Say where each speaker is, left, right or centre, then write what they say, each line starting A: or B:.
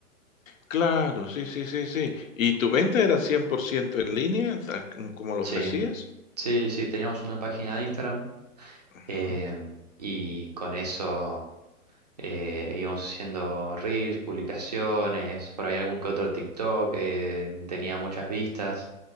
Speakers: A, on the left; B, on the right.
A: Claro, sí, sí, sí, sí. ¿Y tu venta era 100% en línea, a- como lo
B: Sí,
A: ofrecías?
B: sí, sí, teníamos una página de Instagram
A: Ujú.
B: em, y con eso eh, íbamos haciendo reels, publicaciones, por ahí algún que otro TikTok, eh, tenía muchas vistas